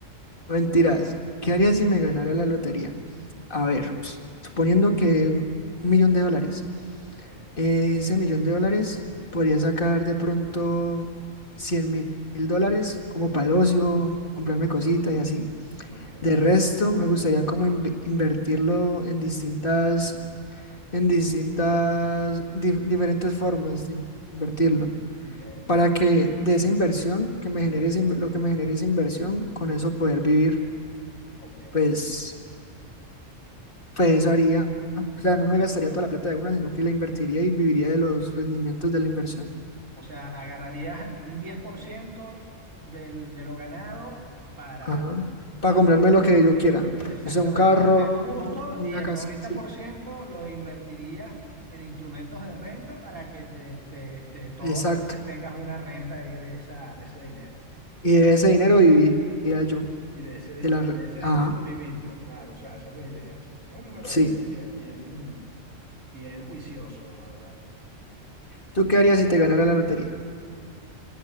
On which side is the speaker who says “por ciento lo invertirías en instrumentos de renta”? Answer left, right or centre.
Right